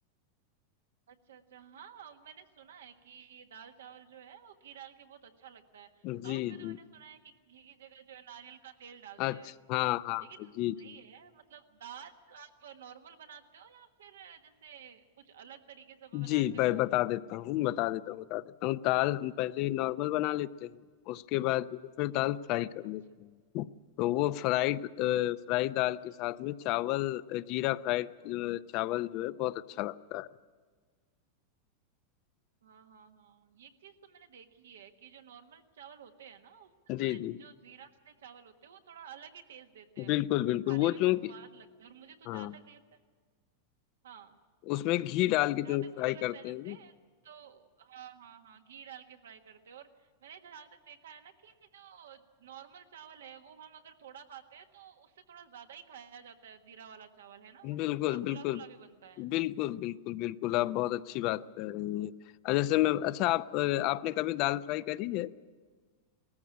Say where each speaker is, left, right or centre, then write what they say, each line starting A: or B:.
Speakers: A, on the right; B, on the left.
A: अच्छा अच्छा हाँ मैंने सुना है कि ये दाल चावल जो है वो घी डाल के बहुत अच्छा लगता है साउथ
B: जी
A: में तो
B: जी
A: मैंने सुना है कि घी की जगह जो है नारियल का तेल डालते
B: अच्छा
A: हैं
B: हाँ हाँ
A: लेकिन
B: जी
A: सही
B: जी
A: है मतलब दाल आप नॉर्मल बनाते हो या फिर जैसे कुछ अलग तरीके से बनाते
B: जी मैं
A: हो
B: बता देता हूँ बता देता हूँ बता देता हूँ दाल हम पहले नॉर्मल बना लेते हैं उसके बाद जो है फिर दाल फ्राई कर
A: अच्छा
B: लेते हैं तो वो फ्राइड फ्राई दाल
A: अच्छा
B: के साथ
A: अच्छा
B: में चावल अ, जीरा फ्राइड अ, चावल जो है बहुत अच्छा लगता
A: हाँ हाँ हाँ ये चीज तो मैंने देखी है कि जो नॉर्मल चावल होते हैं ना उसमें
B: है जी
A: ये
B: जी
A: जो जीरा वाले चावल होते हैं वो थोड़ा अलग ही टेस्ट देते हैं
B: बिल्कुल बिल्कुल
A: खाने
B: वो
A: में
B: चूंकि
A: भी स्वाद लगता है और मुझे तो जहां
B: हाँ
A: तक लगता है हाँ
B: उसमें घी डाल के चूंकि
A: जहां तक
B: फ्राई
A: मुझे लगता
B: करते
A: है जैसे
B: हैं ना
A: तो हाँ हाँ हाँ घी डाल के फ्राई करते हैं और मैंने जहां तक देखा है ना कि जो नॉर्मल चावल है वो हम अगर थोड़ा खाते हैं तो उससे थोड़ा ज्यादा ही खाया जाता है जीरा वाला चावल है ना
B: बिल्कुल
A: थोड़ा
B: बिल्कुल
A: खुला खुला भी बनता है
B: बिल्कुल बिल्कुल बिल्कुल आप बहुत अच्छी बात कर रही हैं अ, जैसे मैं अच्छा आप अ, आपने कभी दाल फ्राई करी है